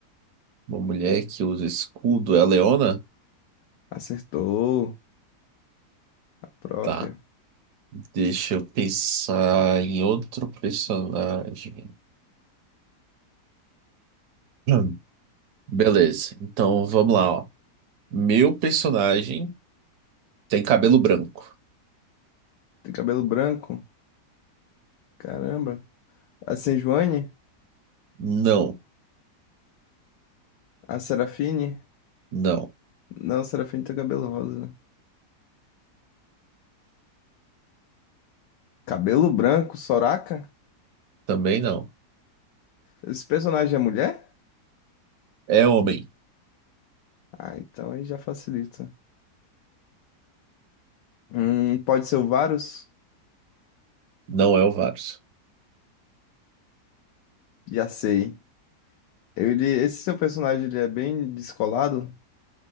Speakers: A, on the right; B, on the left.
A: Uma mulher que usa escudo é a Leona?
B: Acertou a própria.
A: Tá, deixa eu pensar em outro personagem. Hum. Beleza, então vamos lá, ó. Meu personagem tem cabelo branco.
B: Tem cabelo branco? Caramba. A Sejuani?
A: Não,
B: A Serafine?
A: não,
B: Não, a Serafine tem cabelo rosa. né? Cabelo branco, Soraka?
A: também não.
B: Esse personagem é mulher?
A: É homem.
B: Ah, então aí já facilita. Hum, pode ser o Varus?
A: Não é o Varus.
B: Já sei. Ele, esse seu personagem ele é bem descolado?